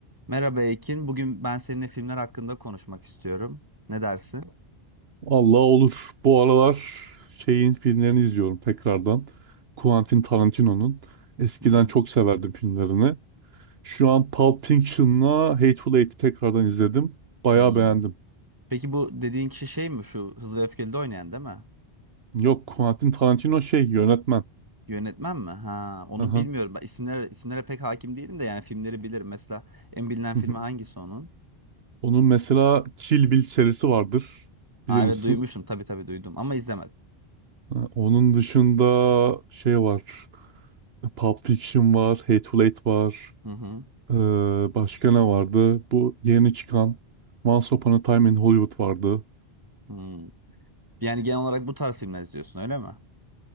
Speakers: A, on the right; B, on the right.
A: Merhaba Ekin. Bugün ben seninle filmler hakkında konuşmak istiyorum. Ne dersin?
B: Allah olur. Bu aralar şeyin filmlerini izliyorum tekrardan. Quentin Tarantino'nun. Eskiden
A: Hmm.
B: çok severdim filmlerini. Şu an Pulp Fiction'la Hateful Eight'i tekrardan izledim. Bayağı
A: Hmm.
B: beğendim.
A: Peki bu dediğin kişi şey mi? Şu Hızlı ve Öfkeli'de oynayan değil mi?
B: Yok Quentin Tarantino şey yönetmen.
A: Yönetmen mi? Ha, onu
B: Aha.
A: bilmiyorum.
B: <laughs>
A: Ben isimlere, isimlere pek hakim değilim de yani filmleri bilirim. Mesela en bilinen
B: hı
A: filmi
B: hı.
A: hangisi onun?
B: Onun mesela Kill Bill serisi vardır.
A: Ha,
B: Bilir misin?
A: evet duymuşum. Tabii tabii duydum ama izlemedim.
B: Ha, Onun dışında şey var. Pulp Fiction var, Hateful Eight var.
A: Hı hı.
B: Ee, başka ne vardı? Bu yeni çıkan Once Upon a Time in Hollywood vardı.
A: Hmm. Yani genel olarak bu tarz filmler izliyorsun öyle mi?